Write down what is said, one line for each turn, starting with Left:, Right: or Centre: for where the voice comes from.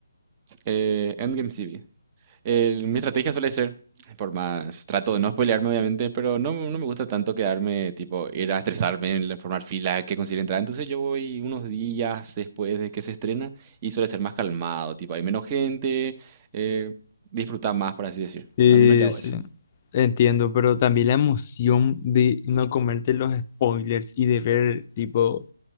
Right: Eh, Endgame sí vi. El- mi estrategia suele ser, por más, trato de no spoilearme obviamente, pero no, no me gusta tanto quedarme, tipo, ir a estresarme en la- formar filas que consigue entrar. Entonces yo voy unos días después de que se estrena y suele ser más calmado, tipo, hay menos gente, eh, disfruta más, por así decir.
Left: Eh,
Right: Al menos yo hago
Left: sí,
Right: eso.
Left: entiendo, pero también la emoción de no comerte los spoilers y de ver, tipo,